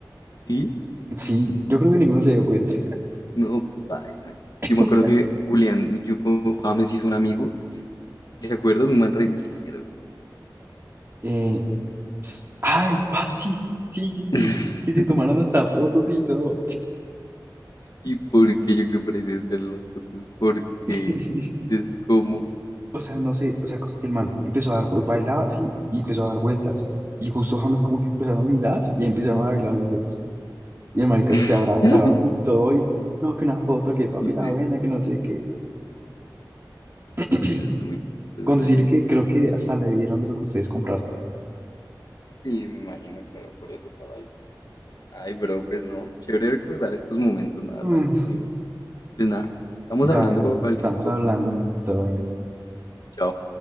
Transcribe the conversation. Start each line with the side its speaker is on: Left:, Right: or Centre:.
Left: ¿Y?
Right: Sí, yo creo que ninguno se dio cuenta.
Left: No, paila.
Right: <laughs>
Left: Yo me acuerdo que Julián, yo con James hizo un amigo. ¿Te acuerdas? Un man reñero.
Right: Eh, ay, pa, sí, sí, sí, sí.
Left: <laughs>
Right: Que se tomaron hasta fotos y todo.
Left: ¿Y por qué yo creo por ahí debe estar en las fotos? Porque
Right: <laughs>
Left: es como...
Right: O sea, no sé, o sea, como que el man empezó a dar, vu- bailaba así y empezó a dar vueltas. Y justo James como que cruzaron miradas y ahí empezaron a bailar los dos. Y el marica
Left: <laughs>
Right: se abrazaron y todo, y no, que una foto, que papi
Left: Dice,
Right: la buena, que no sé qué. <clears throat>
Left: dice, es <laughs> <laughs> muy esa
Right: Con decirle
Left: gente.
Right: que creo que hasta le dieron de lo que ustedes compraron.
Left: Y me imagino, claro, por eso estaba ahí. Ay, pero pues no, chévere recordar estos momentos, la
Right: Mm,
Left: verdad, contigo. Pues nada, estamos
Right: Dale,
Left: hablando
Right: bro,
Left: cualquier
Right: estamos
Left: cosa.
Right: hablando, todo bien.
Left: Chao.